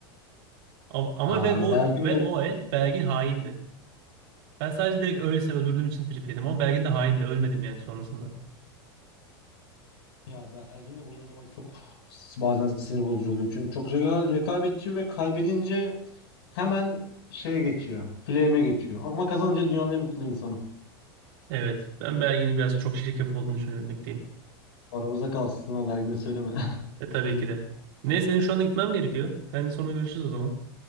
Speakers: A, on the right; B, on the left.
A: Ama ama
B: Aa,
A: ve o
B: Belgin'le
A: ve o el belgin haindi. Ben sadece direkt öylesine öldürdüğüm için trip yedim ama belgin de haindi. Ölmedim yani sonrasında.
B: ya Belgin'le oyun oynamak çok bazen sinir bozucu oluyor. Çünkü çok reka- rekabetçi ve kaybedince hemen şeye geçiyor. Flame'e geçiyor. Ama kazanınca dünyanın en mutlu insanı.
A: Evet, ben belginin biraz çok şirkef olduğunu düşünmekteyim.
B: Aramızda kalsın ha Belgin'e söyleme.
A: E tabii ki de. Neyse benim şu anda gitmem gerekiyor. Seninle sonra görüşürüz o zaman.